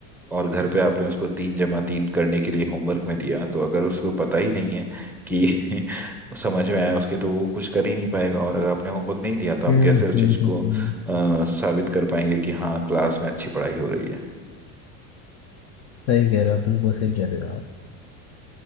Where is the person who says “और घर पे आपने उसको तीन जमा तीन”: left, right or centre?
Centre